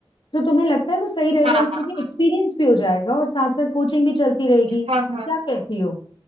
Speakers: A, on the left (about 60°); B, on the right (about 85°).
A: तो तुम्हें लगता है वो सही रहेगा
B: हाँ
A: इसमें
B: हाँ
A: कि एक्सपीरियंस भी हो जाएगा और साथ साथ कोचिंग भी चलती रहेगी क्या
B: हाँ हाँ
A: कहती हो